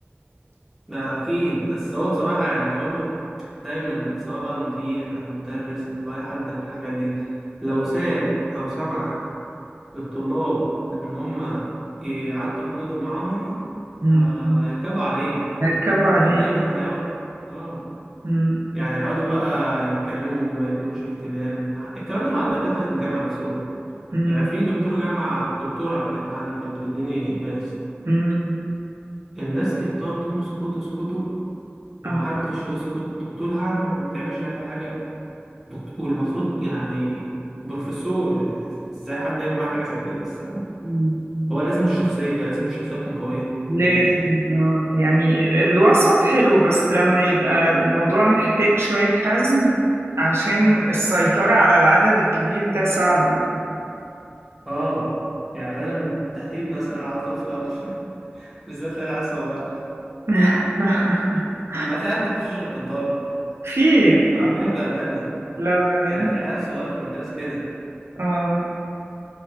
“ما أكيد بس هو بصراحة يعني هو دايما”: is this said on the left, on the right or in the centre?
Centre